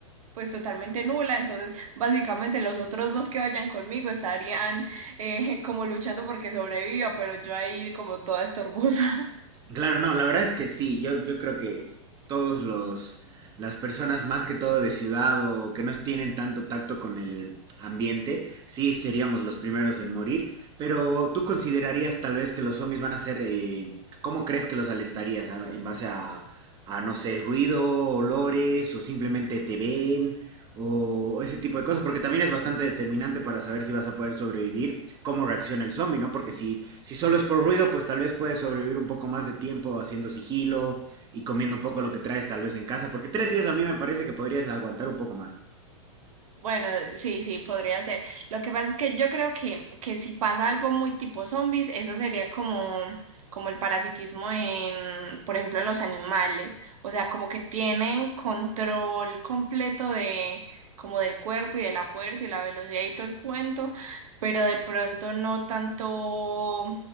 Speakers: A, on the right (about 75°); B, on the right (about 20°).
A: pues totalmente nula, entonces básicamente los otros dos que vayan conmigo estarían eh, <laughs> como luchando porque sobreviva, pero yo ahí como toda estorbosa.
B: Claro, no, la verdad es que sí, yo, yo creo que todos los, las personas más que todo de ciudad o que no tienen tanto tacto con el ambiente, sí seríamos los primeros en morir, pero tú considerarías tal vez que los zombies van a ser, eh, ¿cómo crees que los alertarías? ¿A- ¿En base a, a, no sé, ruido, olores o simplemente te ven? o ese tipo de cosas, porque también es bastante determinante para saber si vas a poder sobrevivir, cómo reacciona el zombie, ¿no? Porque si, si solo es por ruido, pues tal vez puedes sobrevivir un poco más de tiempo haciendo sigilo y comiendo un poco lo que traes tal vez en casa, porque tres días a mí me parece que podrías aguantar un poco más.
A: Bueno, sí, sí, podría ser. Lo que pasa es que yo creo que, que si pasa algo muy tipo zombies, eso sería como, como el parasitismo en, por ejemplo, en los animales. O sea, como que tienen control completo de, como del cuerpo y de la fuerza y la velocidad y todo el cuento, pero de pronto no tanto